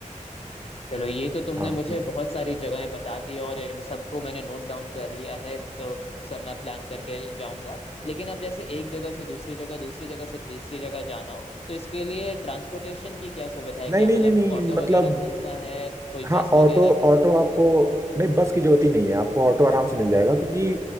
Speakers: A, on the left; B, on the right.
A: चलो ये तो तुमने
B: हाँ
A: मुझे बहुत सारी जगहें बता दी और इन सबको मैंने नोट डाउन कर लिया है तो सब मैं प्लान करके जाऊंगा लेकिन अब जैसे एक जगह से दूसरी जगह दूसरी जगह से तीसरी जगह जाना हो तो इसके लिए ट्रांसपोर्टेशन की क्या सुविधा है
B: नहीं
A: क्या
B: नहीं
A: मतलब
B: नहीं नहीं
A: ऑटो
B: मतलब
A: वगैरह चलता है कोई
B: हाँ
A: बस
B: ऑटो
A: वगैरह है
B: ऑटो आपको नहीं बस की जरूरत ही नहीं है आपको ऑटो आराम से मिल जाएगा क्योंकि